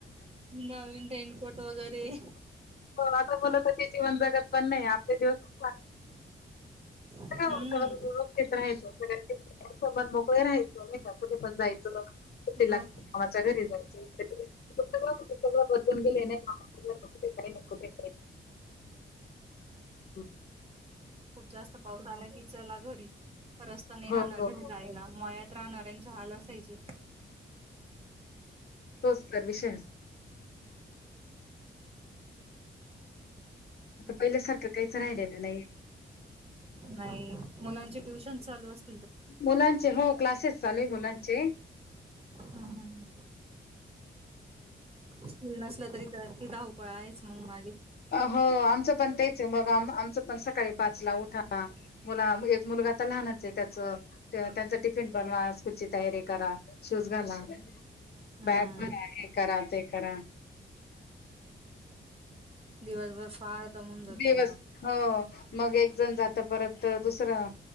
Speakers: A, on the right; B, on the left.
A: नवीन रेनकोट वगैरे
B: आता बलात ते जीवन जगत पण नाही आपले दिवस ख
A: हम्म
B: व्यवस्थेत राहाचं य राहायच नाही काुठे पण जायचं सुट्टी
A: मग
B: लागली मामाच्या घरी जायची सग सगळं बदलून गेले नाही बय ब बय हो
A: खूप जास्त पाऊस आला किचला घरी रस्ता नाही
B: हो,
A: राहणार
B: हो,
A: घरी
B: हो.
A: जायला मयात राहणाऱ्यांचे हाल असायचे
B: तोचत विषय आता पहिल्यासारखं काहीच राहिलेलं नाही
A: नाही मुलांचे ट्युशन चालू असते
B: मुलांचे हो क्लासेस चालेूय मुलांचे
A: हम्म, हम्म. स्कूल नसल तरी तर ति धाऊ पळा आहेच मग मागे
B: हो आमच पण त्यायच मग आमच पण सकाळी वाचला उठा मुला एक मुलगा आता लहानच आहे त्याच त्यांच टिफिन बनवा स्कूलची तयारी करा शूज घाला
A: हम्म
B: बॅग पण हे करा ते करा
A: दिवसभर फार दमून जातं
B: दिवस
A: बाबा
B: हो मग एक जण जात परत दुसरं